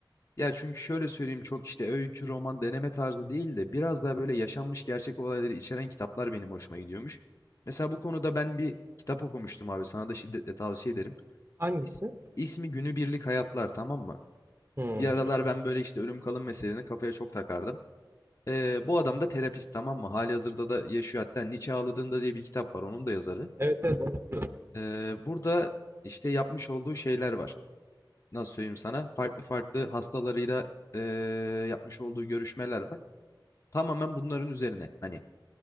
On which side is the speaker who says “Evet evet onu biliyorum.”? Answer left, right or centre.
Right